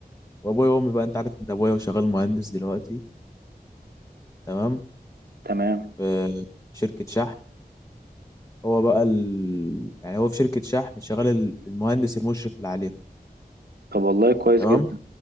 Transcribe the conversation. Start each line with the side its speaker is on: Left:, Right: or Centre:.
Left: وابويا وامي بقى انت عارف ان ابويا شغال مهندس دلوقتي تمام
Right: تمام
Left: في شركه شحن هو بقى ال... يعني هو في شركه شحن شغال ال- المهندس المشرف اللي عليه
Right: طب والله كويس
Left: تمام
Right: جدا